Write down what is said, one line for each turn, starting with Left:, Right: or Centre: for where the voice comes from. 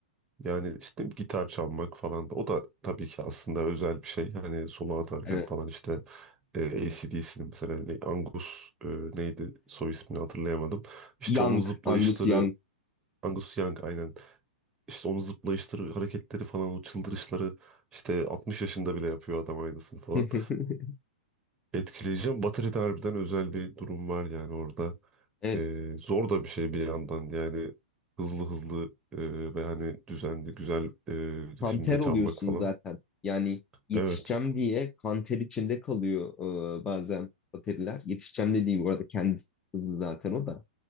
Right: Yani işte gitar çalmak falan o da tabii ki aslında özel bir şey. Hani solo atarken
Left: Evet.
Right: falan işte e, D dcnin mesela ne- Angus e, neydi soy ismini hatırlayamadım. İşte
Left: Young,
Right: onun zıplayışları
Left: Angus Young.
Right: Angus Young aynen. İşte onun zıplayışları, hareketleri falan o çıldırışları işte 60 yaşında bile yapıyor adam aynısını falan.
Left: <laughs>
Right: Etkileyeceğim. Batarya'da harbiden özel bir durum var yani orada.
Left: Evet.
Right: Ee, zor da bir şey bir yandan yani hızlı hızlı e, ve hani düzenli güzel e,
Left: kanter
Right: ritimde çalmak
Left: oluyorsun
Right: falan.
Left: zaten. Yani yetişeceğim
Right: Evet,
Left: diye kanter içinde kalıyor e, bazen bateriler. Yetişeceğim dediği bu arada kendi hızı zaten o da.